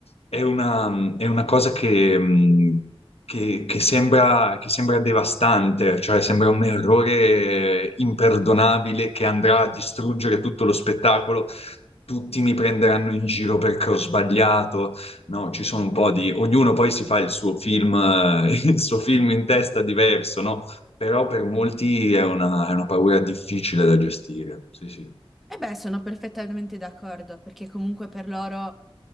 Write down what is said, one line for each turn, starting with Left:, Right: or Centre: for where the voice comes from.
Left: è una, è una cosa che, mh, che- che sembra, che sembra devastante, cioè sembra un errore imperdonabile che andrà a distruggere tutto lo spettacolo. Tutti mi prenderanno in giro perché ho sbagliato. No, ci sono un po' di... Ognuno poi si fa il suo film, eh, <laughs> il suo film in testa diverso, no? Però per molti è una, è una paura difficile da gestire. Sì, sì,
Centre: E beh, sono perfettamente d'accordo perché comunque per loro...